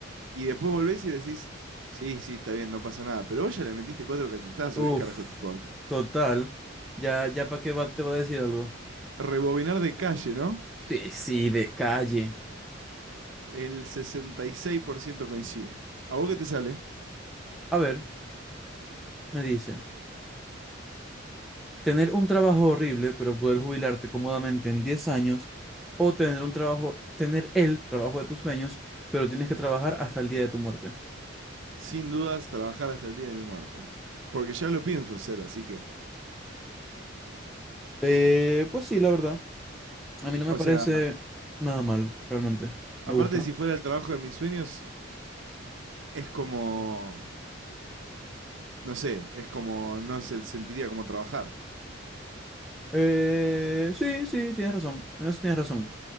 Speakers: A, on the right; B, in the centre.
A: Y después volvés y decís, sí, sí, está bien, no pasa nada. Pero vos ya le metiste cuatro cachetazos,
B: Uf.
A: ¿qué carajo te importa?
B: Total. Ya, ya para qué va- te va a decir algo.
A: Rebobinar de calle, ¿no?
B: Sí, sí, de calle.
A: El 66% coincide. ¿A vos qué te sale?
B: A ver, me dice. Tener un trabajo horrible, pero poder jubilarte cómodamente en 10 años. O tener un trabajo, tener el trabajo de tus sueños, pero tienes que trabajar hasta el día de tu muerte.
A: Sin dudas, trabajar hasta el día de mi muerte. Porque ya lo pienso hacer, así que.
B: Eh, pues sí, la verdad. A mí no
A: O
B: me parece
A: sea,
B: nada mal, realmente. Me
A: aparte,
B: gusta.
A: si fuera el trabajo de mis sueños, es como. No sé, es como. No se sentiría como trabajar.
B: Eh, sí, sí, tienes razón. En eso tienes razón.